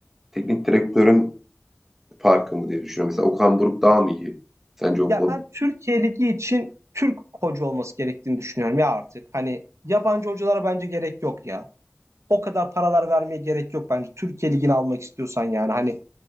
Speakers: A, in the centre; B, on the right.
A: Teknik direktörün farkı mı diye düşünüyorum. Mesela Okan Buruk daha mı iyi? Sence o
B: Ya
A: konuda?
B: ben Türkiye Ligi için Türk hoca olması gerektiğini düşünüyorum ya artık. Hani yabancı hocalara bence gerek yok ya. O kadar paralar vermeye gerek yok bence. Türkiye Ligi'ni almak istiyorsan yani hani